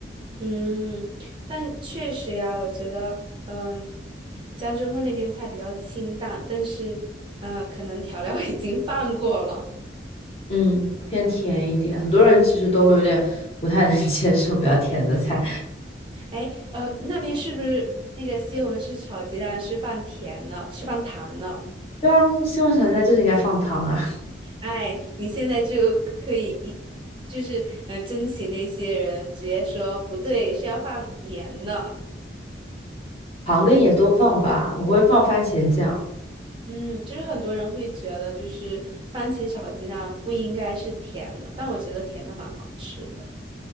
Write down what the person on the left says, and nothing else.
嗯，偏甜一点。很多人其实都有点不太能接受比较甜的菜。
对啊，西红柿炒鸡蛋就是应该放糖啊。
糖跟盐都放吧，我会放番茄酱。